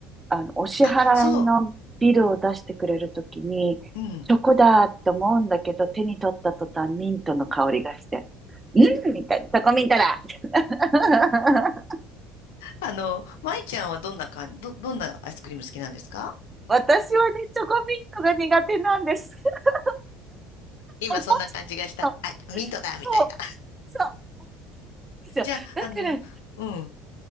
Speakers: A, on the right (about 20°); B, on the left (about 75°).
A: あの、お支払いのビルを出してくれるときに、
B: あ、そう、うん。
A: チョコだと思うんだけど、手に取った途端、ミントの香りがして。うんみたいな、チョコミントだ <laughs>
B: あの、舞ちゃんはどんな感じ、ど、どんなアイスクリーム好きなんですか
A: 私はね、チョコミントが苦手なんです。<laughs>
B: 今そんな感じがした。
A: おもちろ
B: あ、ミントだみたいな。
A: そう、そうですよ。
B: じゃあ、
A: だから、
B: あの、うん、